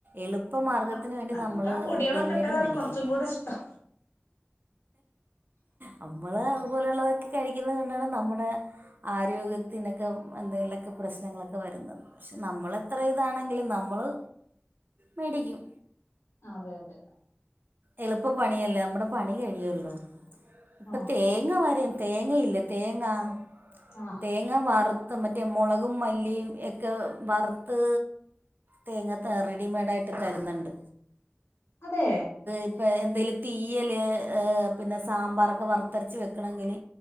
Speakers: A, on the right (about 50°); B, on the left (about 85°).
A: എളുപ്പ മാർഗത്തിന്
B: ആഹ്
A: വേണ്ടി
B: നമുക്ക്
A: നമ്മള്
B: ആ പൊടികളൊക്കെ
A: റെഡിമെയ്ഡ്
B: ഇട്ടതാണ്
A: മേടിക്കും.
B: കുറച്ചും കൂടെ ഇഷ്ടം
A: നമ്മള് അതുപോലെയുള്ളതൊക്കെ. കഴിക്കുന്നത് കൊണ്ടാണ് നമ്മുടെ ആരോഗ്യത്തിനൊക്കെ എന്തെങ്കിലുമൊക്കെ പ്രശ്നങ്ങളൊക്കെ വരുന്നത്. പക്ഷെ നമ്മൾെത്ര ഇതാണെങ്കിലും നമ്മള് മേടിക്കും.
B: അതെ അതെ.
A: എളുപ്പ പണിയല്ലേ നമ്മുടെ പണി കഴിയല്ലോ ഇപ്പൊേതേ.
B: ആഹ്
A: വരം തേങ്ങ ഇല്ലെ തേങ്ങാ.
B: ആഹ്
A: തേങ്ങ വറുത്ത് മറ്റേ മുളകും മല്ലിയും എക്കെ വറുത്ത്. തേങ്ങ റെഡിമെയ്ഡ ആയിട്ട് തരുന്നുണ്ട്.
B: അതെ.
A: ഇപ്പ എന്തേലും തീയല് പിന്നെ സാമ്പാറൊക്കെ വറുത്തെരച്ച് വെക്കണെങ്കില്.